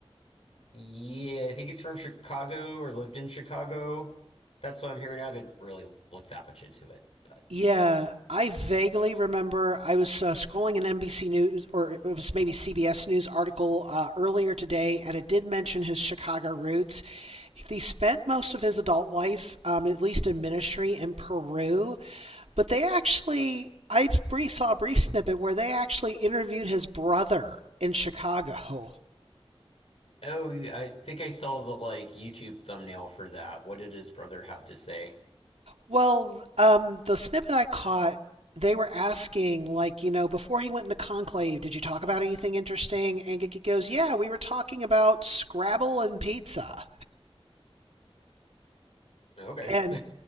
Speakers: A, on the left; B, on the right.
A: Yeah, I think he's from Chicago or lived in Chicago. That's what I'm hearing. I haven't really looked that much into it, but
B: Yeah, I vaguely remember I was uh, scrolling an NBC News or it was maybe CBS News article uh, earlier today, and it did mention his Chicago roots. He spent most of his adult life, um, at least in ministry, in Peru, but they actually, I brief, saw a brief snippet where they actually interviewed his brother in Chicago.
A: oh, I think I saw the like YouTube thumbnail for that. What did his brother have to say?
B: Well, um, the snippet I caught, they were asking, like, you know, before he went into Conclave, did you talk about anything interesting? And Gigi goes, yeah, we were talking about Scrabble and pizza.
A: Okay.
B: And